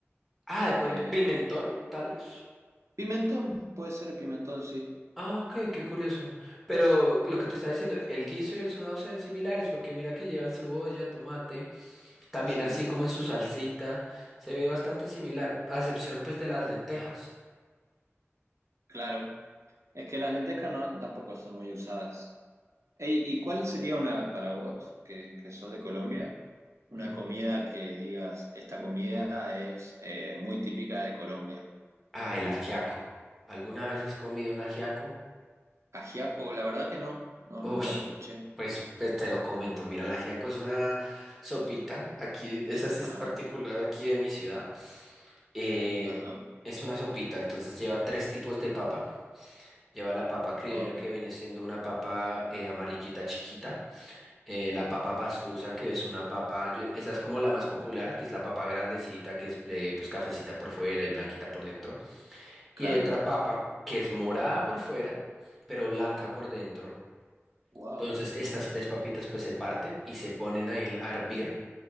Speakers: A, in the centre; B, on the right.
A: Ah, de pronto,
B: Eh,
A: pimentón, tal vez.
B: pimentón, puede ser pimentón, sí.
A: Ah, ok, qué curioso. Pero lo que te estaba diciendo, el guiso y el sudado se ven similares porque mira que llevan cebolla, tomate, también
B: Sí,
A: así como en su salsita, se ve bastante similar, a excepción pues de las lentejas.
B: claro. Es que las lentejas no, tampoco son muy usadas. Ey, ¿y cuál sería una, para vos, que, que sos de Colombia, una
A: Ujú.
B: comida que digas, esta comida es eh, muy típica de Colombia?
A: Ah, el ajiaco. ¿Alguna vez has comido un ajiaco?
B: Ajiaco, la verdad que no, no,
A: Ush,
B: nunca lo escuché.
A: pues, pues, te lo comento, mira, el ajiaco es una sopita, aquí, esa sí
B: Ajá,
A: es particular aquí de mi ciudad, eh,
B: ajá,
A: es una sopita, entonces lleva tres tipos de papa, lleva la papa criolla
B: wow,
A: que viene siendo una papa eh, amarillita chiquita, eh, la papa pastusa que es una papa, yo- esa es como la más popular, que es la papa grandecita, que es eh, pues cafecita por fuera y blanquita por dentro, y
B: claro.
A: hay otra papa que es morada por fuera, pero blanca por dentro.
B: wow,
A: Entonces estas tres papitas pues se parten y se ponen ahí en- a hervir